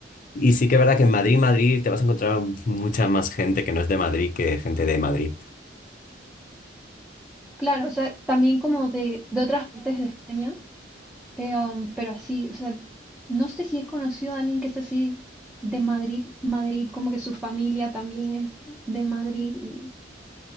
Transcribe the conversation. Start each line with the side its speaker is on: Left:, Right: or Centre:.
Left: Y sí que es verdad que en Madrid, Madrid, te vas a encontrar mucha más gente que no es de Madrid que gente de Madrid.
Centre: claro, o sea, también como de, de otras partes de España, Eh, um, pero así, o sea, no sé si he conocido a alguien que es así de Madrid, Madrid, como que su familia también es de Madrid y,